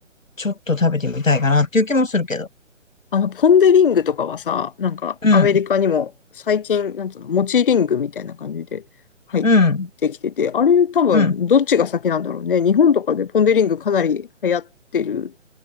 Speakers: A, on the left (about 80°); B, on the left (about 45°).
A: ちょっと食べてみたいかなっていう気もするけど。
B: あの、ポンデリングとかはさ、なんかアメリカにも最近、
A: うん、
B: なんつうの、モチリングみたいな感じで入ってきてて、
A: うん、
B: あれ多分どっちが先なんだろうね。
A: うん。
B: 日本とかでポンデリングかなり流行ってる。